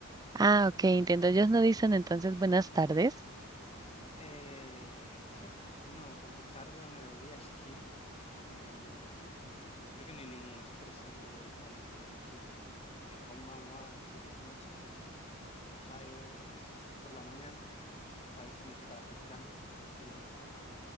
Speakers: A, on the right (about 15°); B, on the left (about 25°).
A: Ah, ok, entiendo. Ellos no dicen entonces buenas tardes.
B: Eh, puf, no, porque tarde o mediodía es hiru y creo que no hay ninguno, creo que no hay ninguna expresión que lleve el kanji de hiru, porque konbanwa es buenas noches, Ohio es por la mañana, Ohio significa temprano, recién levantado.